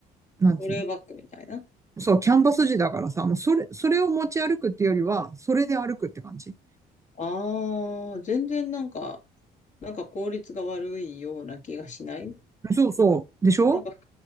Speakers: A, on the right; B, on the left.
A: なんつうの
B: トレーバックみたいな。
A: そう、キャンバス地だからさ、もうそれ、それを持ち歩くっていうよりは、それで歩くって感じ。
B: ああー、全然なんか、なんか効率が悪いような気がしない。
A: そうそう、でしょ
B: なんか普